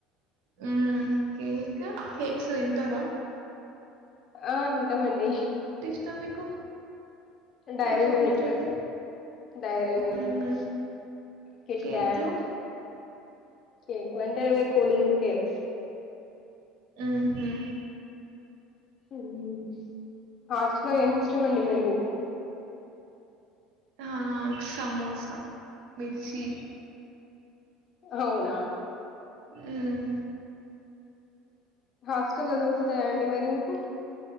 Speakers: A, on the right; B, on the left.
A: హ్మ్మ్ కేక్, కేక్స్ తింటారా?
B: ఆ తింటమండిహ్.
A: ష్టం మీకు?
B: డైరీమిల్క్,
A: ఏ చాక్లెట్ అంటే?
B: డైరీమిల్క్,
A: హుహు.
B: కిట్
A: కేక్‌లో
B: కాట్. కేక్ లు అంటే అవే కూలింగ్ కేక్స్.
A: హ్మ్హు
B: మ్ హాట్స్ లో
A: హ్మ్.
B: ఏం ఇష్టం అండి మేరును? ఒ
A: హా సమోసా, మిర్చి.
B: హవునా.
A: హ్మ్
B: హాస్టల్లో దొరుకుతాయా అండి మరి మీకు?